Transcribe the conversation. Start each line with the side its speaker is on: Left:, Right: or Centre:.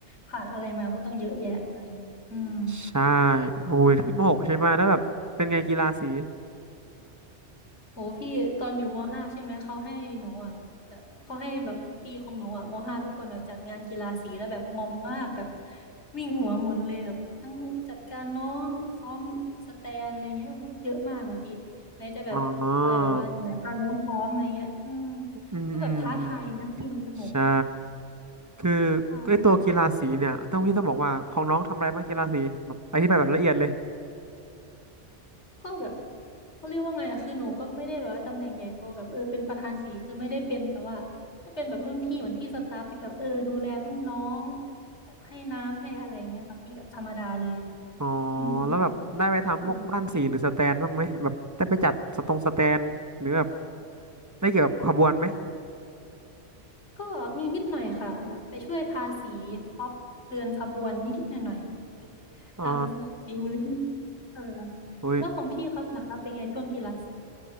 Left: ผ่านอะไรมาก็ต้องเยอะแยะอะไรเงี้ยอืม
Right: ใช่โอ้ยขึ้นมหกใช่ไหมแล้วแบบเป็นไงกีฬาสี
Left: โหพี่ตอนอยู่มห้าใช่ไหมเขาให้หนูอ่ะแบบเขาให้แบบปีของหนูอ่ะมห้าทุกคนอะจัดงานกีฬาสีแล้วแบบมอมมากแบบวิ่งหัวหมุนเลยแบบทั้งจัดการน้องซ้อมสแตนอะไรเงี้ยโอ้โหเยอะมากอ่ะพี่ไหนจะแบบคอยแบบว่าไหนพาน้องซ้อมอะไรเงี้ยอืม
Right: อ๋ออืมอืมอืม
Left: ก็แบบท้าทายนะพี่มันสนุก
Right: ใช่ คือ
Left: อ่า
Right: ไอตัวกีฬาสีเนี่ยต้องพี่ต้องบอกว่าของน้องทำอะไรบ้างกีฬาสีแบบอธิบายแบบละเอียดเลย
Left: ก็แบบเขาเรียกว่าไงอะคือหนูก็ไม่ได้แบบว่าตำแหน่งใหญ่โตแบบเออเป็นประธานสีคือไม่ได้เป็นแต่ว่าก็เป็นแบบรุ่นพี่เหมือนพี่สตาฟที่แบบเออดูแลรุ่นน้องแบบให้น้ำให้อะไรเงี้ยค่ะพี่แบบธรรมดาเลย
Right: อ๋อ
Left: อืม
Right: แล้วแบบได้ไปทำพวกบ้านสีหรือสแตนบ้างไหมแบบได้ไปจัดสตรงสแตนหรือแบบ
Left: ค่ะ
Right: ได้เกี่ยวกับขบวนไหม
Left: ก็มีนิดหน่อยค่ะแบบไปช่วยทาสีพ็อปเดินขบวนนิดๆหน่อยๆตามฝีมือที่
Right: อ๋อ
Left: เออ
Right: อุ้ย
Left: แล้วของพี่ครับล่ะครับเป็นไงช่วงกีฬาสี